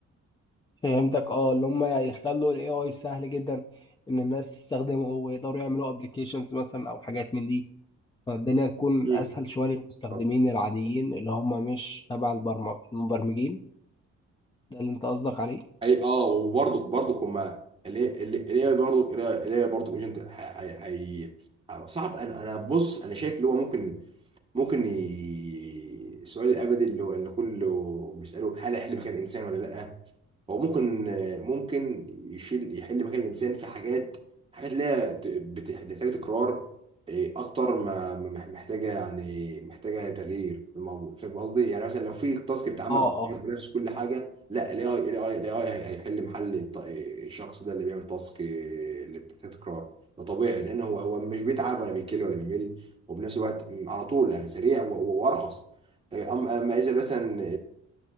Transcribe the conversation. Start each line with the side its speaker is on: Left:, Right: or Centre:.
Left: فهمتك اه اللي هم يخلوا الاي اي سهل جدا ان الناس تستخدمه ويقدروا يعملوا ابلكيشنز مثلا او حاجات من دي فالدنيا تكون
Right: مم.
Left: اسهل شويه للمستخدمين
Right: آه.
Left: العاديين اللي هم مش تبع البرم- المبرمجين ده اللي انت قصدك عليه
Right: اي اه وبرضك وبرضك هم الاي اي برضك الاي اي برضك ايجنت هي هي- صعب انا انا بص انا شايف اللي هو ممكن ممكن ي... السؤال الابدي اللي هو اللي كله بيساله هل هيحل مكان الانسان ولا لا هو ممكن ممكن يشيل يحل مكان الانسان في حاجات حاجات اللي هي ت- بتح- بتحتاج تكرار إيه، اكتر ما ما- ما- محتاجه يعني محتاجه تغيير في الموضوع فاهم قصدي يعني مثلا لو في تاسك بيتعمل
Left: اه
Right: بتغير
Left: اه
Right: بنفس كل حاجه لا الاي اي الاي الاي هيحل محل الط- الشخص ده اللي بيعمل تاسك إيه، اللي بتحتاج تكرار ده طبيعي لان هو هو مش بيتعب ولا بيكل ولا بيمل وفي نفس الوقت على طول يعني سريع و- و- وارخص إيه، أم- اما اذا مثلا